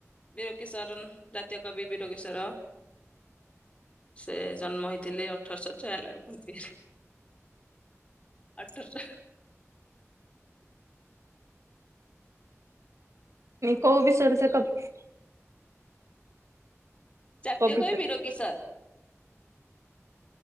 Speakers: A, on the left (about 25°); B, on the right (about 70°).
A: ବୀର କିଶୋରନ ଜାତୀୟ କବି ବୀର କିଶୋର। ସେ ଜନ୍ମ ହେଇଥିଲେ ଅଠରଶହ ଛୟାନବେ ପଞ୍ଚିରେ। ଆଠଶ ହ୍
B: କୋଉ ବିଷୟରେ ସେ କବି
A: ଜାତୀୟ
B: କବିତା
A: କବି ବୀର କିଶୋର।